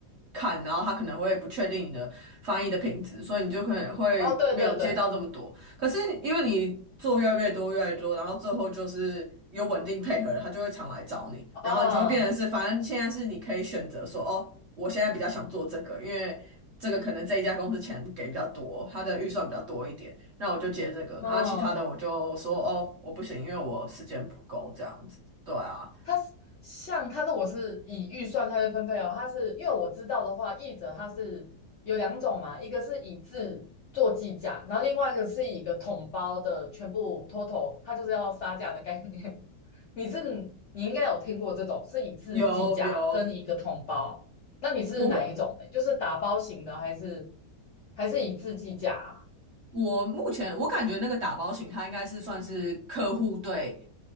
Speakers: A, on the right; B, on the left.
A: 看，然后他可能会不确定你的翻译的品质，所以你就可能会没有接到这么多。
B: 哦，对对对，
A: 可是因为你做越来越多，越来越多，然后最后就是有稳定配合了，他就会常来找你，然后你就会变成是，
B: 啊，
A: 反正现在是你可以选择说，哦，我现在比较想做这个，因为这个可能这一家公司钱给比较多，他的预算比较多一点。那我就接这个，
B: 嗯，
A: 然后其他的我就说哦，我不行，因为我时间不够这样子。对啊，
B: 它是像它如果是以预算下去分配哦，它是因为我知道的话，译者它是有两种嘛，一个是以字做计价，然后另外一个是以一个统包的全部 total，它就是要杀价的概念。你是你应该有听过这种是以字计价跟一个统包，
A: 有有，
B: 那你是哪一种的？
A: 我目
B: 就是打包型的，还是还是以字计价啊？
A: 我目前我感觉那个打包型，他应该是算是客户对